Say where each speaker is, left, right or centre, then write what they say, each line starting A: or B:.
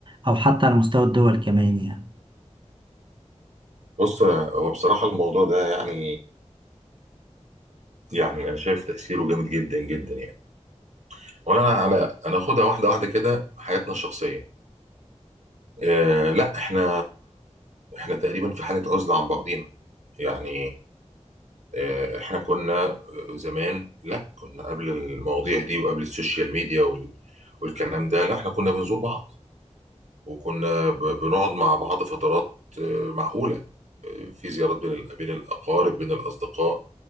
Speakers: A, on the right; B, on the right.
A: او حتى على مستوى الدول كمان يعني
B: بص هو بصراحة الموضوع ده يعني يعني أنا شايف تأثيره جامد جدا جدا يعني وأنا على أنا أخدها واحدة واحدة كده حياتنا الشخصية آه لا إحنا إحنا تقريبا في حالة عزلة عن بعضينا يعني آه إحنا كنا آه، زمان لا كنا قبل المواضيع دي وقبل السوشيال ميديا وال والكلام ده لا إحنا كنا بنزور بعض وكنا ب- بنقعد مع بعض فترات آه، معقولة آه، في زيارات بين ال- بين الأقارب بين الأصدقاء